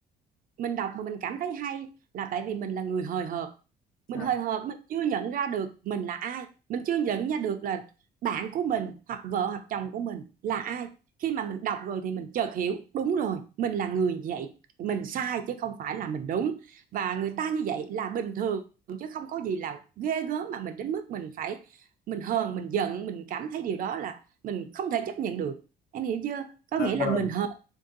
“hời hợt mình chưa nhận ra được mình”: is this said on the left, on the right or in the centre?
Right